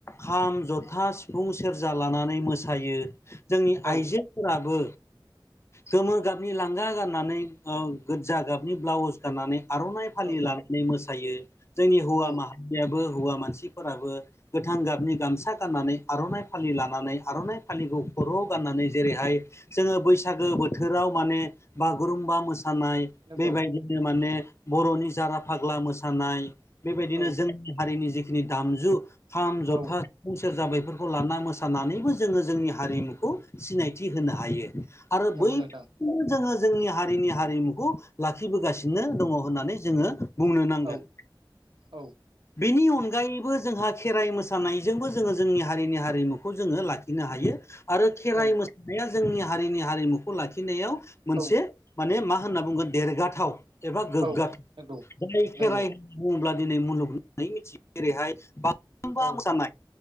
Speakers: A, on the left; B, on the right.
A: खाम जथा सिफुं सेरजा लानानै मोसायो जोंनि
B: औ
A: आइजोफोराबो गोमो गाबनि लांगा गाननानै ओ गोजा गाबनि ब्लाउस गाननानै आर'नाइ फालि
B: औ
A: लानानै मोसायो जोंनि हौवा
B: औ
A: माहारियाबो हौवा मानसिफोराबो गोथां गाबनि गामसा गाननानै आर'नाइ फालि लानानै आर'नाइ फालिखौ खर'आव गाननानै जेरैहाय जोोङो बैसागो बोथोराव माने बागुरुम्बा मोसानाय
B: नंगौ
A: बेबायदि नो माने बर'नि जारा फाग्ला मोसानाय बेबायदिनो
B: औ
A: जों हारिनि जिखिनि दामजु खाम जथा
B: औ
A: फुं सेरजा बैफोरखौ लाना मोसानानैबो जोंङो जोंनि हारिमुखौ सिनायथि होनो हायो। आरो
B: नंगौ
A: बै
B: नोंथां
A: जोंङो जोंनि हारिनि हारिमुखौ लाखिबोगासिनो दङ होननानै जोंङो बुंनो नांगोन।
B: औ औ
A: बेनि अनगायैबो जोंहा खेराइ मोसानायजोंबो जोंङो जोंनि हारिनि हारिमुखौ जोंङो लाखिनो हायो। आरो खेराइ
B: औ
A: मोसानाया जोंनि हारिनि हारिमुखौ लाखिनायाव मोनसे
B: औ
A: माने मा होनना बुंगोन देरगाथाव एबा गोग्गाथाव
B: औ नंगौ
A: जाय खेराइ
B: नंगौ
A: बुङोब्ला दिनै मुलुग होननानै मिथियो जेरैहाय बागुरुमबा
B: औ
A: मोसानाय